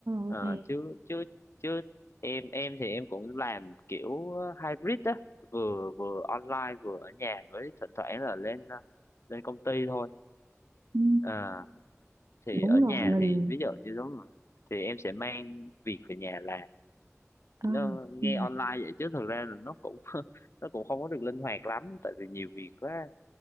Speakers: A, on the right (about 85°); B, on the left (about 60°).
A: ok
B: Ờ, chứ chứ chứ em em thì em cũng làm kiểu ờ, hybrid á vừa vừa online vừa ở nhà với thỉnh thoảng là lên ờ, lên công ty thôi
A: ừ,
B: Ờ, thì
A: đúng
B: ở nhà
A: rồi mình
B: thì ví dụ như đúng rồi thì em sẽ mang việc về nhà làm
A: à,
B: nó nghe
A: ừ.
B: online vậy chứ thực ra là nó cũng <laughs> nó cũng không có được linh hoạt lắm tại vì nhiều việc quá